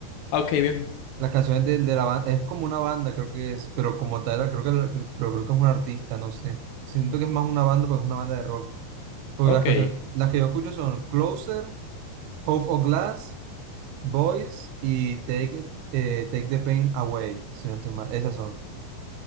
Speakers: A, on the left (about 85°); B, on the right (about 85°).
A: Ah, Ok, bien.
B: Las canciones de, de la banda, es como una banda, creo que es, pero como tal, creo que, la- que- pero creo que es un artista, no sé. Siento que es más una banda, porque es una banda de rock. Porque
A: Ok,
B: las canciones, las que yo escucho son Closer, Hope of Glass, Boys y Take, It- eh, Take the Pain Away, si no estoy mal. Esas son.